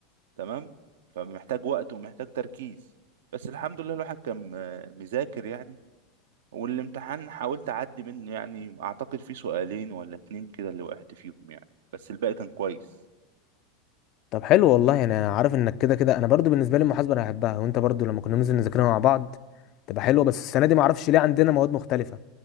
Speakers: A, on the right (about 65°); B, on the left (about 45°).
A: تمام فمحتاج وقت ومحتاج تركيز بس الحمد لله الواحد كان آه، مذاكر يعني والامتحان حاولت اعدي منه يعني اعتقد في سؤالين ولا اتنين كده اللي وقعت فيهم يعني بس الباقي كان كويس
B: طب حلو والله يعني انا عارف انك كده كده انا برضو بالنسبه لي المحاسبه انا بحبها وانت برضو لما كنا ننزل نذاكرها مع بعض تبقى حلوه بس السنه دي ما اعرفش ليه عندنا مواد مختلفه